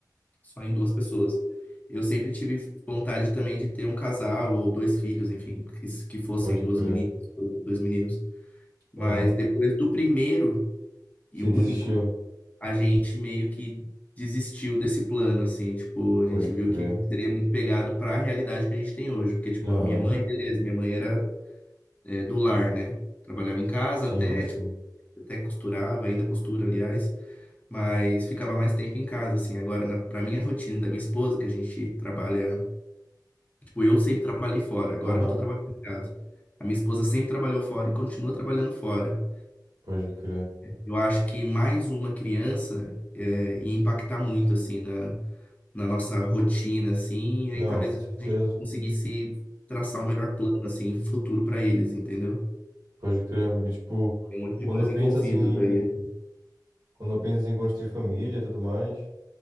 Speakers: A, on the left; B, on the right.
A: só em duas pessoas. Eu sempre tive vontade também de ter um casal ou dois filhos, enfim, que, que fossem
B: pode
A: duas
B: crer.
A: meninas ou dois meninos. Mas
B: Aham.
A: depois do primeiro e
B: Você
A: único,
B: desistiu?
A: a gente meio que desistiu desse plano, assim, tipo, a
B: Pode
A: gente viu
B: crer.
A: que seria muito pegado para a realidade que a gente tem hoje, porque, tipo,
B: Aham,
A: a minha mãe, beleza, minha mãe era é, do lar, né? Trabalhava em casa
B: sim,
A: até,
B: sim.
A: tipo, até costurava, ainda costura, aliás, mas ficava mais tempo em casa, assim. Agora, na, pra minha rotina e da minha esposa, que a gente trabalha, tipo, eu sempre trabalhei fora, agora
B: Aham,
A: que eu tô trabalhando em casa. A minha esposa sempre trabalhou fora e continua trabalhando fora.
B: pode crer.
A: Eu acho que mais uma criança é, ia impactar muito, assim, na, na nossa rotina, assim, e
B: Não,
A: aí talvez
B: com certeza.
A: a gente conseguisse traçar o melhor plano, assim, futuro para eles, entendeu?
B: Pode crer. E, tipo,
A: Tem um monte de
B: quando
A: coisa
B: eu penso
A: envolvida
B: assim, em-
A: daí.
B: quando eu penso assim, em construir família e tudo mais,